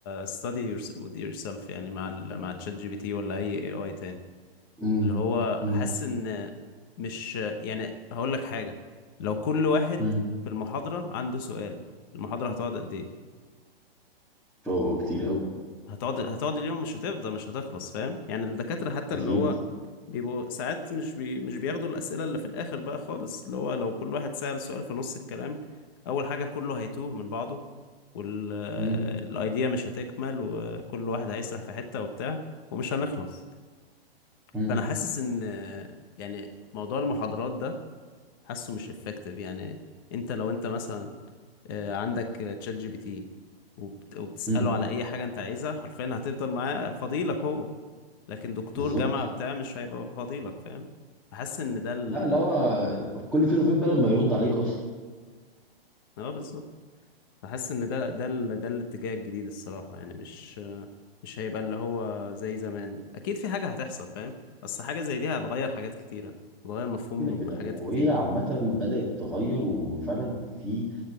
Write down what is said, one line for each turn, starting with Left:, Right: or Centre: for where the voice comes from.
Left: study yours- with yourself يعني مع ال مع تشات جي بي تي ولا اي اي اي تاني
Centre: امم
Left: اللي هو
Centre: امم
Left: حاسس ان مش يعني هقول لك حاجة لو كل واحد
Centre: امم
Left: في المحاضرة عنده سؤال المحاضرة هتقعد قد ايه
Centre: هو كتير قوي
Left: هتقعد هتقعد اليوم مش هتفضى مش هتخلص فاهم يعني الدكاترة حتى
Centre: اكيد
Left: اللي هو بيبقوا ساعات مش بي مش بياخدوا الأسئلة اللي في الآخر بقى خالص اللي هو لو كل واحد سأل سؤال في نص الكلام أول حاجة كله هيتوه من بعضه والأيديا
Centre: امم
Left: مش هتكمل وكل واحد هيسرح في حتة وبتاع ومش هنخلص
Centre: امم
Left: فأنا حاسس إن يعني موضوع المحاضرات ده حاسه مش effective يعني أنت لو أنت مثلا آه، عندك تشات جي بي تي وبت- وبتسأله
Centre: امم
Left: على أي حاجة أنت عايزها حرفيا هتفضل معاه فضيلك هو لكن دكتور
Centre: بالظبط
Left: جامعة بتاع مش هيبقى فضيلك فاهم فحاسس إن ده ال
Centre: لا اللي هو كل فين وفين بقى لما يرد عليك اصلا
Left: اه بالظبط فحاسس إن ده ده ال... ده الاتجاه الجديد الصراحة يعني مش مش هيبقى اللي هو زي زمان أكيد في حاجة هتحصل فاهم أصل حاجة زي دي هتغير حاجات كتيرة هتغير مفهوم
Centre: كده كده
Left: حاجات
Centre: وهي
Left: كتيرة
Centre: عامة
Left: أوي
Centre: بدأت تغير وفعلا في